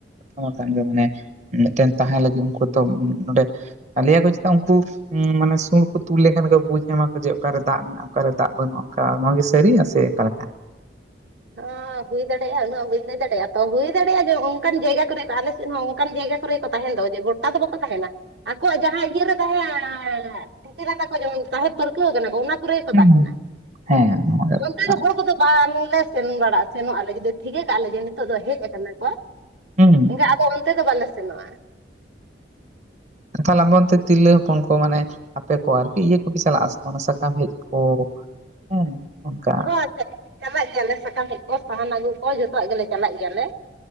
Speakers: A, on the right; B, on the right.
A: ᱷᱟ ᱠᱟᱱ ᱜᱮ ᱢᱟᱱᱮ ᱢᱤᱫᱴᱮᱱ ᱛᱟᱸᱦ ᱞᱟᱹᱜᱤᱫ ᱩᱱᱠᱩ ᱛᱚ ᱱᱚᱰᱮ ᱞᱭᱟ ᱠᱚ ᱪᱮᱫᱟᱜ ᱩᱱᱠᱩ ᱦᱮᱸ ᱢᱟᱱᱮ ᱥᱩᱲ ᱠᱚ ᱛᱩᱞ ᱞᱮᱠᱷᱟᱱ ᱠᱚ ᱵᱩᱡ ᱧᱟᱢᱟ ᱠᱚ ᱡᱮ ᱚᱠᱟᱨᱮ ᱫᱟᱜ ᱢᱮᱱᱟᱜᱼᱟ ᱚᱠᱟᱨᱮ ᱫᱟᱜ ᱵᱟᱹᱱᱩᱜᱼᱟ᱾ ᱚᱱᱠᱟ ᱱᱚᱶᱟ ᱜᱮ ᱥᱟᱹᱨᱤ ᱟ ᱥᱮ ᱚᱠᱟ ᱞᱮᱠᱟ
B: ᱦᱮᱸ ᱦᱩᱭ ᱫᱟᱲᱮᱭᱟᱜᱼᱟ᱾ ᱩᱱᱟᱹᱜ ᱵᱟᱹᱧ ᱞᱟᱹᱭ ᱫᱟᱲᱮᱭᱟᱜᱼᱟ ᱛᱚ ᱦᱩᱭ ᱫᱟᱲᱮᱭᱟᱜᱼᱟ ᱡᱮ ᱚᱱᱠᱟᱱ ᱡᱟᱭᱜᱟ ᱠᱚᱨᱮ ᱟᱞᱮ ᱥᱮᱫ ᱦᱚᱸ ᱚᱱᱠᱟᱱ ᱡᱟᱭᱜᱟ ᱠᱚᱨᱮ ᱠᱚ ᱛᱟᱦᱮᱱ ᱫᱚ ᱡᱮ ᱜᱚᱴᱟ ᱫᱚ ᱵᱟᱠᱚ ᱛᱟᱦᱮᱱᱟ ᱟᱠᱚᱣᱟᱜ ᱡᱟᱦᱟᱸ ᱤᱭᱟᱹ ᱨᱮ ᱛᱟᱦᱮᱸᱱᱟᱛᱟ ᱠᱚᱢ ᱛᱟᱦᱮᱸ ᱯᱟᱹᱨᱠᱟᱹᱣ ᱠᱟᱱᱟ ᱠᱚ ᱚᱱᱟ ᱠᱚᱨᱮ ᱠᱚ
A: ᱦᱩᱸ
B: ᱛᱟᱦᱮᱱᱟ
A: ᱦᱩᱸ, ᱦᱮᱸ ᱱᱚᱣᱟ ᱠᱟᱛᱷᱟ
B: ᱚᱱᱛᱮ
A: ᱠᱟᱱᱟ
B: ᱫᱚ ᱦᱚᱲ ᱠᱚᱫᱚ ᱵᱟᱝᱮ ᱥᱮᱱ ᱵᱟᱲᱟᱜᱼᱟ᱾ ᱥᱮᱱᱚᱜ ᱟᱞᱮ ᱡᱩᱫᱤ ᱴᱷᱤᱠᱟᱹ ᱠᱟᱜᱼᱟ ᱞᱮᱮ ᱡᱮ ᱱᱤᱛᱚᱜ ᱫᱚ ᱦᱮᱡ ᱟᱠᱟᱱᱟ ᱠᱚᱣᱟ
A: ᱦᱩᱸ
B: ᱮᱱᱠᱷᱟᱱ ᱟᱫᱚ ᱛᱮ ᱫᱚ ᱵᱟᱞᱮ ᱥᱮᱱᱚᱣᱟ
A: ᱛᱟᱦᱞᱮᱵᱚᱱᱛᱮ ᱛᱤᱨᱞᱟᱹ ᱦᱚᱯᱚᱱ ᱠᱚ ᱢᱟᱱᱮ ᱟᱯᱮ ᱠᱚ ᱟᱨᱠᱤ ᱤᱭᱟᱹ ᱠᱚᱜᱮ ᱪᱟᱞᱟᱜ ᱟᱥᱮ ᱵᱟᱝ ᱥᱟᱠᱟᱢ ᱦᱮᱡ ᱠᱚ? ᱦᱮᱸ ᱚᱱᱠᱟ
B: ᱦᱳᱭ ᱪᱟᱞᱟᱜ ᱜᱮᱭᱟᱞᱮ ᱥᱟᱠᱟᱢ ᱦᱮᱡ ᱠᱚ ᱥᱟᱦᱟᱱ ᱟᱹᱜᱩ ᱠᱚ ᱡᱚᱛᱚᱣᱟᱜ ᱜᱮᱞᱮ ᱪᱟᱞᱟᱜ ᱜᱮᱭᱟᱞᱮ